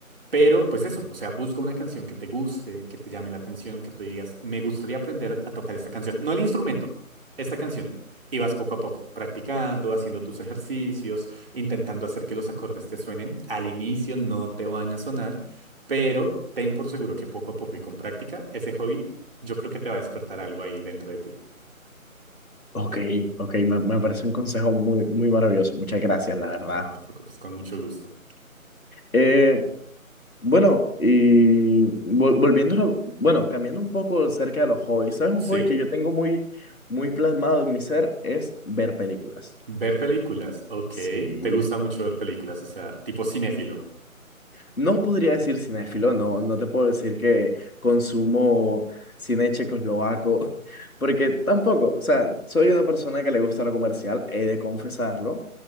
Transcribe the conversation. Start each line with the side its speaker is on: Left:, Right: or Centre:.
Right: Pero, pues eso, o sea, busca una canción que te guste, que te llame la atención, que tú digas, me gustaría aprender a tocar esta canción. No el instrumento, esta canción. Y vas poco a poco, practicando, haciendo tus ejercicios, intentando hacer que los acordes te suenen. Al inicio no te van a sonar, pero ten por seguro que poco a poco y con práctica, ese hobby, yo creo que te va a despertar algo ahí dentro de ti.
Left: Ok, ok, me, me parece un consejo muy, muy maravilloso. Muchas gracias, la verdad.
Right: No te preocupes, con mucho gusto.
Left: Eh, bueno, y vol- volviéndolo, bueno, cambiando un poco acerca de los hobbies, ¿sabes? Un
Right: Sí,
Left: hobby que yo tengo muy, muy plasmado en mi ser es ver películas.
Right: ver películas, ok.
Left: Sí.
Right: Te gusta mucho ver películas, o sea, tipo cinéfilo,
Left: No podría decir cinéfilo, no, no te puedo decir que consumo cine checoslovaco, <laughs> porque tampoco, o sea, soy una persona que le gusta lo comercial, he de confesarlo